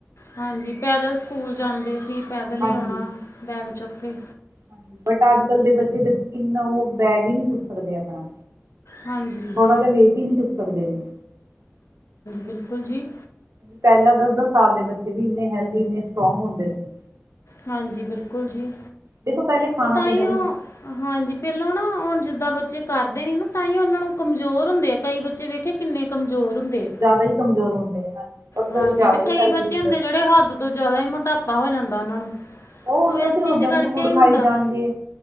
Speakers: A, on the left; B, on the right.
A: ਹਾਂਜੀ ਪੈਦਲ ਸਕੂਲ ਜਾਂਦੇ ਸੀ ਪੈਦਲ
B: ਹਾਂਜੀ
A: ਈ ਆਉਣਾ ਬੈਗ ਚੁੱਕ ਕੇ।
B: ਹਾਂਜੀ ਬਟ ਅੱਜ ਬੱਚੇ ਦੇਖੋ ਕਿੰਨਾ ਉ ਬੈਗ ਈ ਨੀ ਚੁੱਕ ਸਕਦੇ ਆਪਣਾ
A: ਹਾਂਜੀ-ਹਾਂਜੀ-ਹਾਂਜੀ
B: ਥੋੜਾ ਜਿਹਾ ਵੇਟ ਹੀ ਨਹੀਂ ਚੁੱਕ ਸਕਦੇ ਨੇ
A: ਬਿਲਕੁਲ ਜੀ।
B: ਪੈਲਾਂ ਦਸ-ਦਸ ਸਾਲ ਦੇ ਬੱਚੇ ਵੀ ਇੰਨੇ ਹੈਲਦੀ, ਇੰਨੇ ਸਟਰੋਂਗ ਹੁੰਦੇ ਸੀ।
A: ਹਾਂਜੀ ਬਿਲਕੁਲ ਜੀ
B: ਦੇਖੋ ਪਹਿਲੇ ਖਾਣਾ
A: ਉ ਤਾਂਈਓ
B: ਪੀਣਾ ਵੀ
A: ਹਾਂਜੀ ਪੈਲੋਂ ਨਾ ਹੁਨ ਜਿੱਦਾਂ ਬੱਚੇ ਕਰਦੇ ਨੀ ਨਾ ਤਾਂਈਓ ਉਨਾਂ ਨੂੰ ਕਮਜ਼ੋਰ ਹੁੰਦੇ ਆ ਕਈ ਬੱਚੇ ਵੇਖ ਕਿ ਕਿੰਨੇ ਕਮਜ਼ੋਰ ਹੁੰਦੇ ਆ।
B: ਜਾਦਾ ਈ ਕਮਜ਼ੋਰ ਹੁੰਦੇ ਨੇ। ਔਰ
A: ਹਾਂਜੀ
B: ਕਈ ਜ਼ਿਆਦਾ
A: ਤੇ
B: ਹੀ
A: ਕਈ
B: ਹੈਲਦੀ
A: ਬੱਚੇ ਹੁੰਦੇ
B: ਨੇ
A: ਜੇੜੇ ਹੱਦ ਤੋਂ ਜਾਦਾ ਈ ਮੋਟਾਪਾ ਹੋ ਜਾਂਦਾ ਉਨਾਂ ਨੂੰ
B: ਉ ਹੁੰਦਾ
A: ਉਹ ਇਸ
B: ਫੇਰ
A: ਚੀਜ਼
B: ਉ ਜੰਕ
A: ਕਰਕੇ
B: ਫੂਡ
A: ਹੀ ਹੁੰਦਾ
B: ਖਾਈ ਜਾਣਗੇ